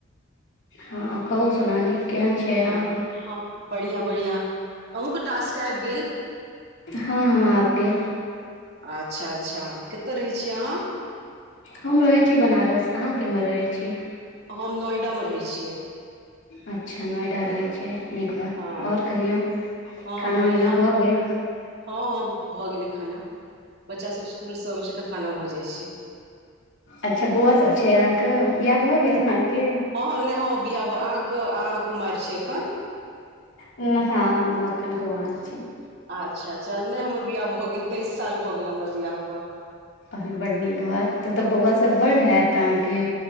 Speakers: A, on the left (about 60°); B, on the right (about 50°).
A: हँ कहु सोनाली केहन छै अहाँ
B: हँ हँ बढ़िआँ बढ़िआँ अहूँके टास्क आबि गेल
A: हँ हँ आइब गेल
B: अच्छा अच्छा कतऽ रहै छियै आहाँ
A: हम रहै छी बनारस अहाँ केम्हर रहैत छियै
B: हम नोएडा में रहै छियै
A: अच्छा नोएडा रहै छै नीक बात
B: हँ
A: और कहियौ
B: हँ
A: खाना
B: बढ़िआँ
A: उना भऽ गेल
B: हँ हँ भऽ गेलै खाना बच्चासब इस्कुलसँ अबैत छै तऽ खाना भऽ जाइत छै
A: अच्छा बौआ सब छै अहाँके बियाह भऽ गेल आहाँके
B: हँ हँ में ह बिआ बू अहाँके अहाँ कुमार छीये एखन
A: हं हँ मखन घुमा छी
B: अच्छा अच्छा नै हमर बियाह भऽ गेल तेइस साल भऽ गेल हमरा बियाहके
A: अ बड नीक बात तऽ तऽ बौआ सब बड होयत अहाँके